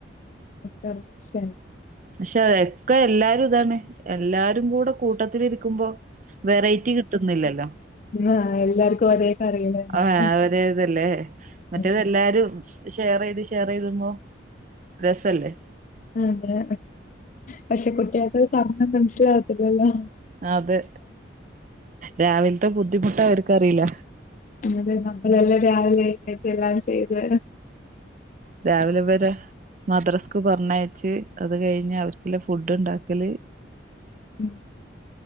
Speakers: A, on the left; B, on the right.
A: <unintelligible>
B: പക്ഷേ എക്കെ എല്ലാരും ഇതാണ് എല്ലാരും കൂടെ കൂട്ടത്തിലിരിക്കുമ്പോ വെറൈറ്റി കിട്ടുന്നില്ലല്ലോ.
A: ആഹ് എല്ലാർക്കും ഒരേ കറികള് തന്നെ
B: ആഹ് അവരതല്ലേ മറ്റേതെല്ലാരും
A: ഉം,
B: ഷെയർ ചെയ്ത് ഷെയർ ചെയ്തുമ്പോ രസല്ലേ
A: അതെ പക്ഷേ കുട്ടികൾക്ക് അത് പറഞ്ഞാ മനസ്സിലാകത്തില്ലല്ലോ.
B: അതെ രാവിലത്തെ ബുദ്ധിമുട്ട് അവർക്കറിയില്ല.
A: അതെ നമ്മളെല്ലാം രാവിലെ എഴുന്നേറ്റ് എല്ലാം ചെയ്ത്
B: രാവിലെ ഇവരെ മദ്രാസ്ക്ക് പറഞ്ഞയച്ച് അത് കഴിഞ്ഞ് അവർക്കിള്ള ഫുഡ് ഉണ്ടാക്കല്
A: ഉം